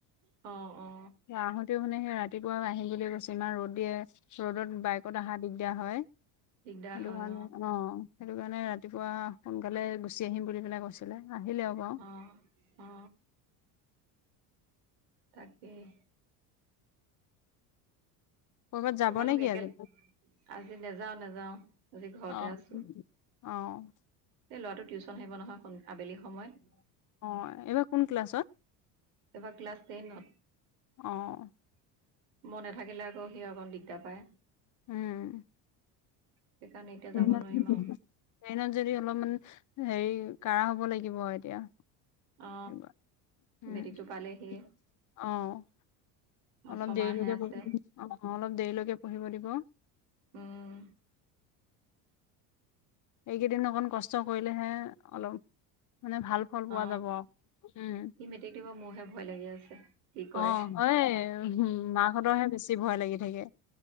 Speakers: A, on the right (about 85°); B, on the left (about 40°).
A: অ', অ
B: আহোঁতেও মানে সেই ৰাতিপুৱা আহিম বুলিয়ে কৈছো ইমান ৰ'দ দিয়ে। ৰদত বাইকত আহা দিগদাৰ হয়,
A: দিগদাৰ
B: সেইটো
A: হয়
B: কাৰণে অ', সেইটো কাৰণে ৰাতিপুৱা সোনকালে গুচি আহিম বুলি পেলাই কৈছিলে। আহিলে হব
A: অ অ তাকেই।
B: ক'ৰবাত যাব
A: তোমালোক
B: নে কি
A: একে,
B: আজি?
A: আজি নেযাও নেযাও আজি ঘৰতে
B: অ',
A: আছোঁ।
B: অ',
A: এই ল'ৰাটো টিউশচন আহিব নহয় আবেলি সময়ত।
B: অ', এইবাৰ কোন ক্লাছত?
A: এবাৰ ক্লাছ টেনত।
B: অ',
A: মই নেথাকিলে আকৌ সি অকণ দিগদাৰ পায়।
B: উম,
A: সেইকাৰণে এতিয়া
B: <unintelligible>
A: যাব নোৱাৰিম
B: ট্ৰেইনত
A: আৰু
B: যদি অলপমান হেৰি কাঢ়া হ'ব লাগিব এতিয়া।
A: অ
B: সেইব উম,
A: মেট্ৰিকটো পালেহিয়ে
B: <unintelligible> অ',
A: অ
B: অলপ
A: ছমাহে
B: দেৰিলৈকে
A: আছে
B: অ', অলপ দেৰিলৈকে পঢ়িব দিব।
A: উম,
B: এইকেইদিন অকণ কষ্ট কৰিলেহে অলপ মানে ভাল ফল পোৱা
A: অ
B: যাব, উম।
A: সি মেট্ৰিক দিব মোৰহে ভয় লাগি আছে কি কয়
B: অ', হয়েই মাকহঁতৰ হে বেছি ভয় লাগি থাকে।